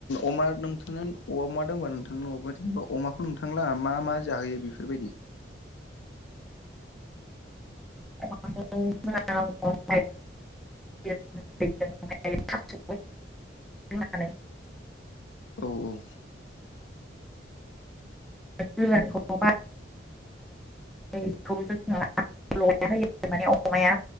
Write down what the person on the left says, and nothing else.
अमा नोंथाङा अमा दंबा नोंथांनाव अमाखौ खौ नोंथांलाहा मा मा जाहोयो बेफोरबायदि?
औ औ